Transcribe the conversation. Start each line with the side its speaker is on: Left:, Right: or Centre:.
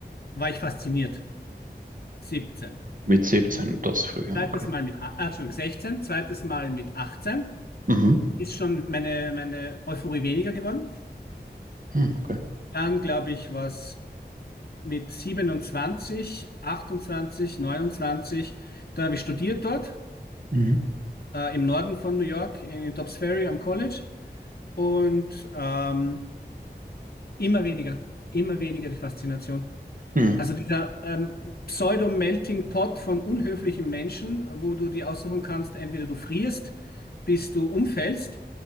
Left: war ich fasziniert. 17.
Right: Mit 17, das früher,
Left: Zweites
Right: okay.
Left: Mal mit, a- ah, Entschuldigung, 16. Zweites Mal mit 18.
Right: Mhm.
Left: Ist schon meine, meine Euphorie weniger geworden.
Right: Mhm, okay.
Left: Dann, glaube ich, was mit 27, 28, 29. Dann habe ich studiert dort.
Right: Mhm.
Left: äh, im Norden von New York, in Dobbs Ferry am College. Und ähm, immer weniger, immer weniger die Faszination.
Right: Mhm.
Left: Also dieser ähm, Pseudo-Melting Pot von unhöflichen Menschen, wo du dir aussuchen kannst, entweder du frierst, bis du umfällst,